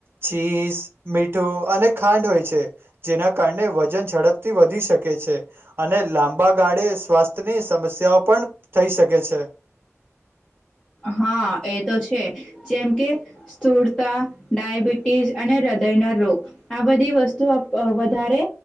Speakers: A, on the right; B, on the left.
A: ચીઝ, મીઠું અને ખાંડ હોય છે. જેના કારણે વજન ઝડપથી વધી શકે છે, અને લાંબા ગાળે સ્વાસ્થ્યની સમસ્યાઓ પણ થઈ શકે છે.
B: હાં એ તો છે, જેમ કે સ્થૂળતા, ડાયાબિટીસ અને હૃદયના રોગ આ બધી વસ્તુઓ અપ વધારે